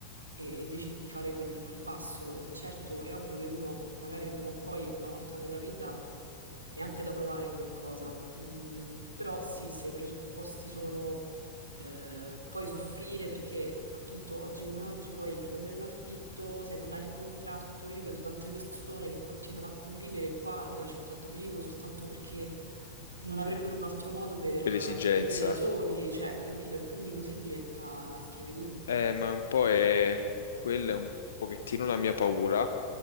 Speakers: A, on the right; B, on the left.
A: e- e decidi di fare quel, quel passo. Eh, Certo, è ovvio che uno magari prima o poi, una volta nella vita, è anche da provare come cosa, mm, però sì, se i presupposti sono eh, poi soffrire perché appunto oggi come oggi poi prendere un affitto, se non hai il contratto, io vedo tante persone che continuano a convivere qua nella città dove vivo soltanto perché non avrebbero
B: Eh,
A: un altro modo per,
B: per esigenza.
A: per vivere da soli, cioè, capito? E quindi così diventa una schiavitù.
B: Eh, ma un po' è... quella è un pochettino la mia paura,